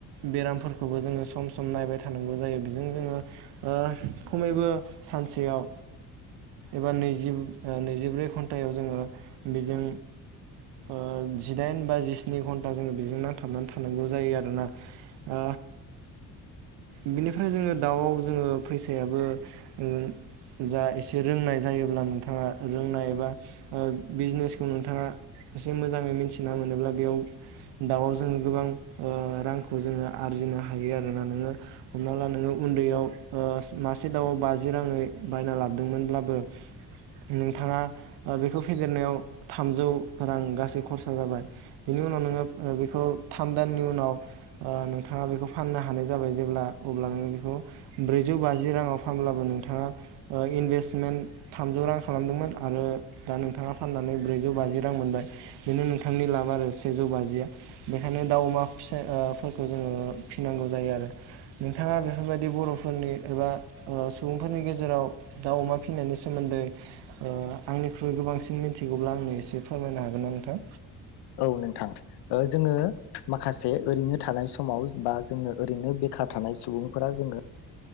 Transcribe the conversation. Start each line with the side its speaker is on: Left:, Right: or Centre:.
Right: बेरामफोरखौबो जोङो सम सम नायबाय थानांगौ जायो बेजों जोङो ओ खमैबो सानसेयाव एबा नैजि नैजिब्रै घन्टायाव जोङो बेजों ओ जिदाइन बा जिस्नि घन्टा जोङो बेजों नांथा बनानै थानांगौ जायो आरोना ओ बिनिफ्राय जोङो दाउआव जोङो फैसायाबो ओ जा एसे रोंनाय जायोब्ला नोंथाङा रोंनाय एबा ओ बिजनेसखौ नोंथाङा एसे मोजाङै मिथिना मोनोब्ला बेयाव दाउआव जोङो गोबां ओ रांखौ जोङो आरजिनो हायो आरोना नोङो हमना ला नोङो उन्दैयाव ओ मासे दाउआव बाजि राङै बायना लाबोदोंमोनब्लाबो नोंथाङा ओ बेखौ फेदेरनायाव थामजौ रां गासै खरसा जाबाय बेनि उनाव नोङो ओ बेखौ थाम दाननि उनाव ओ नोंथाङा बेखौ फाननो हानाय जाबाय। जेब्ला अब्ला नोंङो बेखौ ब्रैजौ बाजि राङाव फानब्लाबो नोंथाङा इनभेस्टमेन्ट थामजौ रां खालामदोंमोन आरो दा नोंथाङा फाननानै ब्रैजौ बाजि रां मोनबाय बेनो नोंथांनि लाब आरो सेजौ बाजिया बेखायनो दाउ अमा फिसाफोरखौ जोङो फिनांगौ जायो आरो। नोंथाङा बेफोरबायदि बर'फोरनि एबा सुबुंफोरनि गेजेराव दाउ अमा फिनायनि सोमोन्दै ओ आंनिख्रुइ गोबांसिन मिथिगौब्ला आंनो एसे फोरमायनो हागोन ना नोंथां?
Left: औ नोंथां जोङो माखासे ओरैनो थानाय समाव बा जोङो ओरैनो बेखार थानाय सुबुंफोरा जोङो